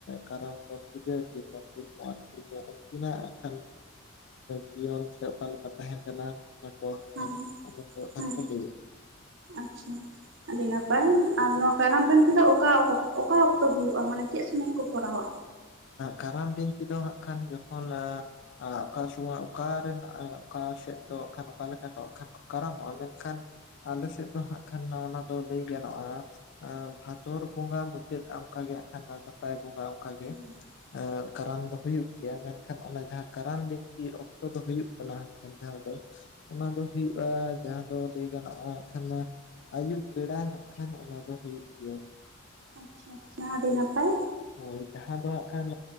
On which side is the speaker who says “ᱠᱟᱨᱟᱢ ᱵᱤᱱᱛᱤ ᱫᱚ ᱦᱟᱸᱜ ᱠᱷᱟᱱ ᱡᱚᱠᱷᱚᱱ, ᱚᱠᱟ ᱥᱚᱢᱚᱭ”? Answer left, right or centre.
Left